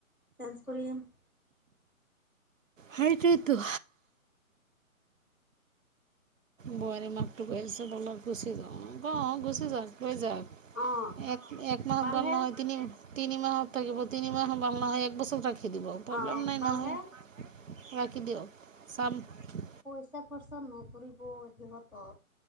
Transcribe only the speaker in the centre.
চেঞ্জ কৰিম।
অ',
বালহে
অ',
বালহে
পইচা খৰচা নকৰিব সিহঁতৰ।